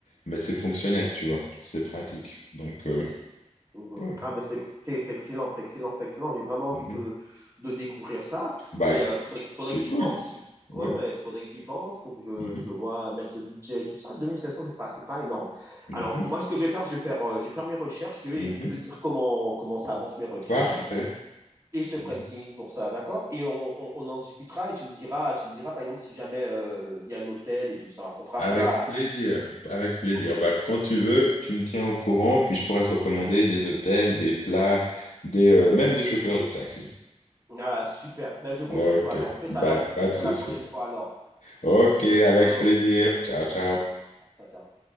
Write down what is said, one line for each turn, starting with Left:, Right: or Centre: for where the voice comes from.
Left: mais c'est fonctionnel, tu vois, c'est pratique. Donc, euh,
Right: C'est, c'est- Mhm.
Left: ouais.
Right: Ah, ben c'est c'est- c'est excellent, c'est excellent, c'est excellent. J'ai vraiment envie
Left: mhm.
Right: de, de découvrir ça.
Left: Bah,
Right: Et il faudrait, que- faudrait
Left: c'est
Right: que j'y
Left: cool,
Right: pense. Ouais,
Left: oui.
Right: ouais, faudrait que j'y pense. Faut que je,
Left: Mhm.
Right: je vois mettre le budget et tout ça. deux mille cinq cents c'est pas, c'est pas énorme.
Left: Mhm.
Right: Alors, moi, ce que je vais faire, je vais faire, euh, je vais faire mes recherches et
Left: Mhm.
Right: je vais te dire comment, comment ça avance mes recherches.
Left: Parfait.
Right: Et je te ferai
Left: Mhm.
Right: signe pour ça, d'accord? Et on, on, on en discutera et tu me diras, tu me diras, par exemple, si jamais euh, il y a un hôtel et tout ça. On fera
Left: Avec
Right: ça là.
Left: plaisir. Avec plaisir.
Right: Ok.
Left: Bah, quand tu veux, tu me tiens au courant, puis je pourrais te recommander des hôtels, des plats, des, euh, même des chauffeurs de taxi.
Right: Ah, super. Ben, je compte
Left: OK.
Right: sur toi alors. On fait
Left: Bye.
Right: ça la, on
Left: Pas
Right: fait ça
Left: de souci.
Right: la prochaine fois alors.
Left: OK.
Right: À très bientôt.
Left: Avec plaisir. Ciao, ciao.
Right: Ciao, ciao.